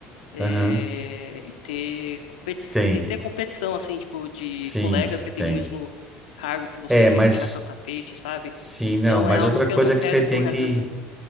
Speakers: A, on the left; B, in the centre.
A: é,
B: aham,
A: e ter competi
B: Tem.
A: e ter competição, assim, tipo, de
B: Sim,
A: colegas que têm
B: tem.
A: o mesmo cargo que você
B: É,
A: querer
B: mas
A: puxar seu tapete, sabe?
B: sim,
A: Então
B: não. Mas
A: é algo
B: outra
A: que
B: coisa
A: eu não quero
B: que você tem
A: pro resto
B: que
A: da minha...